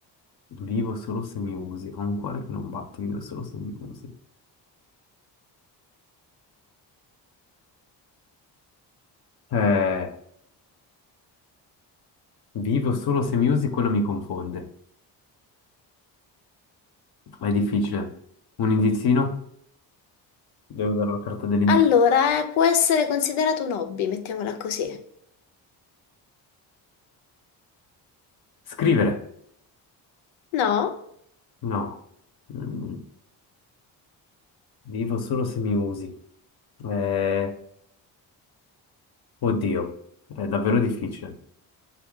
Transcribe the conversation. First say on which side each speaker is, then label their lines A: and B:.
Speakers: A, on the left (about 50°); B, on the left (about 80°).
A: vivo solo se mi usi, ho un cuore che non batte, vivo solo se mi usi. Eh, vivo solo se mi usi, quello mi confonde. È difficile. Un indizino? Devo usare la carta dell'indizio.
B: Allora, eh, può essere considerato un hobby, mettiamola così.
A: Scrivere?
B: No?
A: No. Mm, vivo solo se mi usi. Eh, Oddio, è davvero difficile.